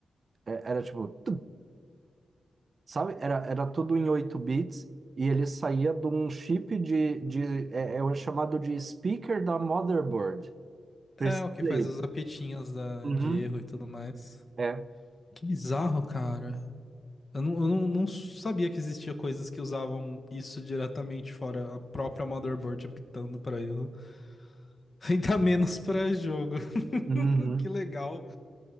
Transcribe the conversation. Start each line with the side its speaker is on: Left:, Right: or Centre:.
Right: é- era tipo, Sabe? Era, era tudo em 8 bits e ele saía de um chip de, de é, é o chamado de speaker da motherboard. Precisa
Left: É, o que faz
Right: aí.
Left: as apetinhas da...
Right: Uhum.
Left: de erro e tudo mais.
Right: É.
Left: Que bizarro, cara. Eu não, eu não, não sabia que existia coisas que usavam isso diretamente, fora a própria motherboard apitando pra erro. <laughs> Ainda menos pra jogo. <laughs>
Right: Uhum.
Left: Que legal.